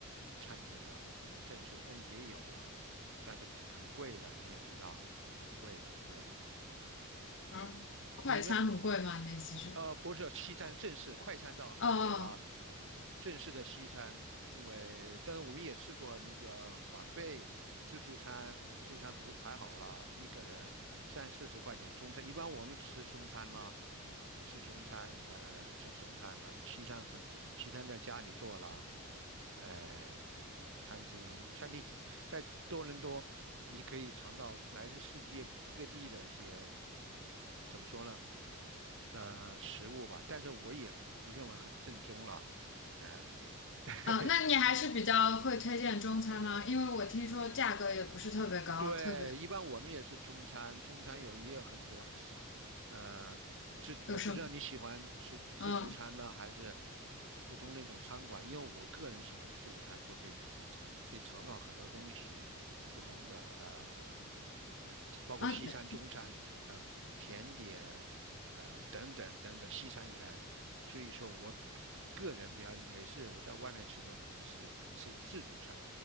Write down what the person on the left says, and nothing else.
然后快餐很贵吗？
你的意思是？
哦哦
哦，那你还是比较会推荐中餐吗？因为我听说价格也不是特别高，
特别
有什么？嗯
啊，那